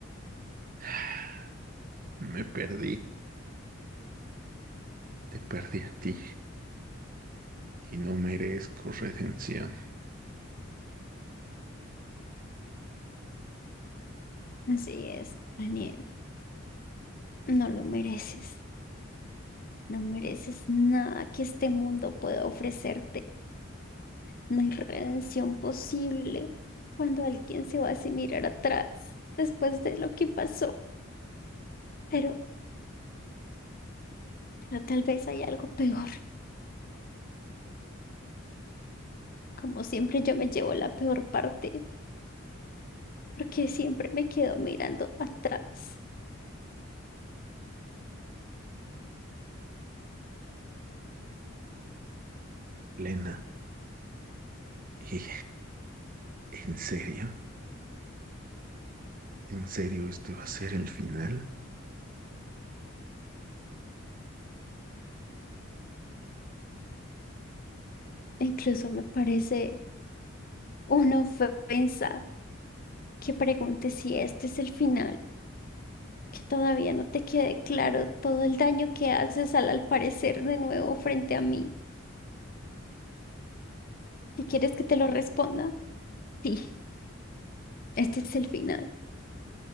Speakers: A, on the right; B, on the left.
A: <sighs> Me perdí. Te perdí a ti. Y no merezco redención.
B: Así es, Daniel. No lo mereces. No mereces nada que este mundo pueda ofrecerte. No hay redención posible cuando alguien se va sin mirar atrás después de lo que pasó. Pero, pero tal vez hay algo peor. Como siempre, yo me llevo la peor parte porque siempre me quedo mirando atrás.
A: Elena, ¿y en serio? ¿En serio este va a ser el final?
B: Incluso me parece una ofensa que pregunte si este es el final, que todavía no te quede claro todo el daño que haces al al parecer de nuevo frente a mí. Si quieres que te lo responda, sí, este es el final.